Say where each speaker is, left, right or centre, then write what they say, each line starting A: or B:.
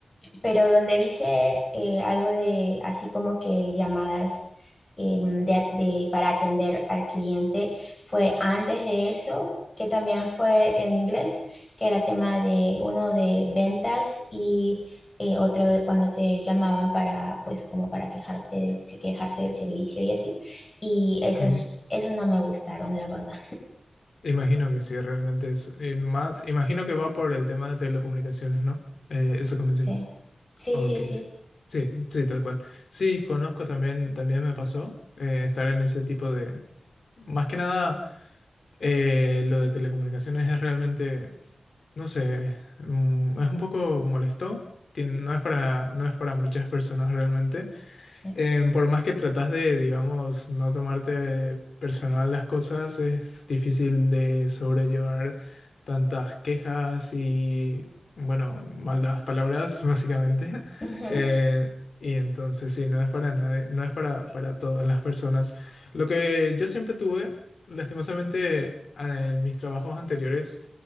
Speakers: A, on the left; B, on the left.
A: pero donde hice eh, algo de así como que llamadas em, de, a- de- para atender al cliente fue antes de eso, que también fue en inglés, que era tema de uno de ventas y eh, otro de cuando te llamaban para, pues como para quejarte del- sí, quejarse del servicio y así. Y esos,
B: ok.
A: esos no me gustaron, la verdad.
B: Imagino que sí, realmente es eh, más. Imagino que va por el tema de telecomunicaciones, ¿no? Eh, eso que mencionas.
A: Sí, sí,
B: Ok,
A: sí, sí.
B: sí. Sí, sí, tal cual. Sí, conozco también, también me pasó eh, estar en ese tipo de. Más que nada, eh, lo de telecomunicaciones es realmente no sé, mm, es un poco molesto. tien- No es para, no es para muchas personas realmente.
A: sí.
B: Em, por más que tratas de, digamos, no tomarte personal las cosas, es difícil de sobrellevar tantas quejas y, bueno, malas palabras, <laughs> básicamente.
A: Ujú,
B: Eh, y entonces, sí, no es para nadie, no es para, para todas las personas. Lo que yo siempre tuve, lastimosamente, en mis trabajos anteriores,